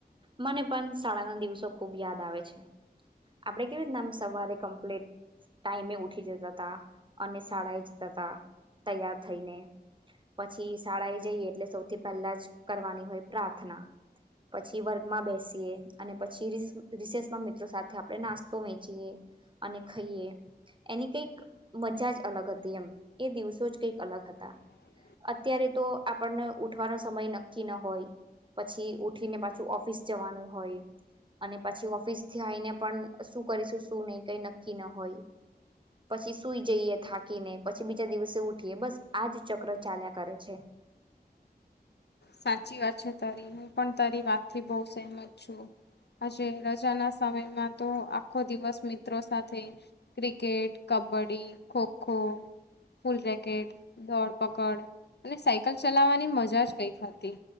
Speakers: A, on the right; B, on the left.
A: મને પણ શાળાના દિવસો ખુબ યાદ આવે છે. આપડે કેવી રીતના આમ સવારે કમપ્લીટ ટાઈમે ઉઠી જતા તા, અને શાળાએ જતા તા તૈયાર થઈને. પછી શાળાએ જઈએ એટલે સૌથી પહેલા જ કરવાની હોય પ્રાર્થના. પછી વર્ગમાં બેસીએ અને પછી રિઞ રિસેસમાં મિત્રો સાથે આ આપળે નાસ્તો વેચીએ અને ખાઈએ, એની કંઈક મજા જ અલગ હતી એમ એ દિવસો જ કઈક અલગ હતા.
B: <inaudible>
A: અત્યારે તો આપણને ઉઠવાનો સમય નક્કી ન હોય પછી ઉઠીને પાછું ઓફિસ જવાનું હોય અને પછી ઓફિસ થી આઈને પણ શું કરીશું શું નહી કઈ નક્કી ન હોય પછી સુઈ જઈએ થાકીને, પછી બીજા દિવસે ઉઠીએ બસ આજ ચક્ર ચાલ્યા કરે છે.
B: સાચી વાત છે તારી હું પણ તારી વાતથી બો સેમત છું. આજે રજા ના સમયમાં તો આખો દિવસ મિત્રો સાથે ક્રિકેટ ક બ્ડી, ખોખો ફૂલ રેકેટ, દોડપકડ અને સાયકલ ચલાવાની મજા જ કંઈક હતી